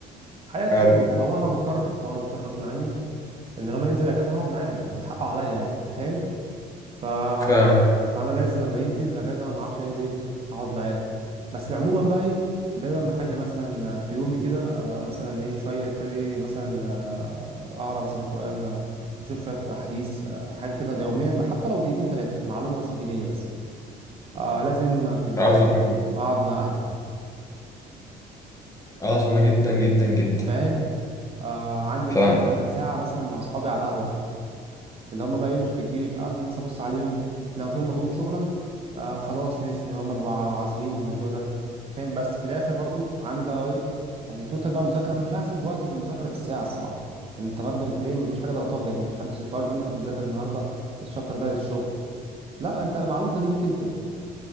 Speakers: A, on the right (about 35°); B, on the left (about 20°).
A: حياته
B: حلو
A: شغله فهو انا مضطر هو انا مضطر غصب عني ان لما ينزل اجازه هقعد معاه يعني هو حقه عليا يعني انت فاهم ف...
B: فاهم
A: فانا لازم لما ينزل اجازه انا ما اعرفش هينزل امتى اقعد معاه بس عموما بقى ايه دايما بخلي مثلا في يومي كده آه، مثلا ايه شويه كده ايه مثلا آه، اقرا مثلا قران آه، اشوف شويه حديث آه، حاجه كده يوميا بقى، حتى لو دقيقتين ثلاثه معلومه بس دينيه بس آه لازم في البيت
B: عظمة
A: كل يوم
B: جدا.
A: اقعد مع اهلي
B: عظمة جدا جدا جدا
A: فاهم آه عندي
B: فاهم
A: مثلا مثبت ساعه مثلا مع اصحابي على القهوه اللي هم بقى ايه مش في الجيش آه، انزل مثلا ابص عليهم لو فيهم مضغوط شغلا آه خلاص ماشي هم بيبقوا عازرين الموضوع ده أنت فاهم بس في الاخر برضو عامل بقى ايه يعني توتال بقى مذاكره انا مش هحسب وقتي في المذاكره بالساعه الصراحه يعني انت برضو انت ايه مفيش حاجه ضغطاك يعني مش حدش طالب منك انت تذاكر النهارده الشابتر ده للشغل لا انت معلومتك دي ليك انت